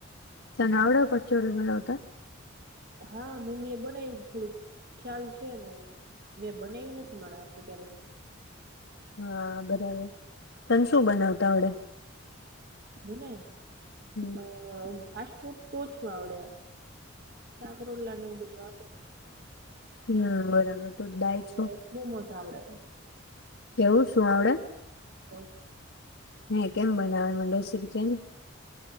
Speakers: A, on the left; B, on the right.
A: તને આવડે કચોરી બનાવતા?
B: હા, મમ્મી એ બનાવી થોડુંક ખ્યાલ છે એનો. મેં બનાયું નથી, મારા હાથ થી ક્યારેક.
A: હા બરાબર. તને શું બનાવતા આવડે?
B: મને
A: હમ
B: અ. ફાસ્ટ ફૂડ તો ઓછું આવડે. શાક રોટલા ને એવું બધું આવડે.
A: હ અ બરાબર.
B: અને મોમોઝ આવડે
A: કેવું શું આવડે?
B: <inaudible>
A: હઅ કેમ બનાવે, એમાં રેસીપી કે ને.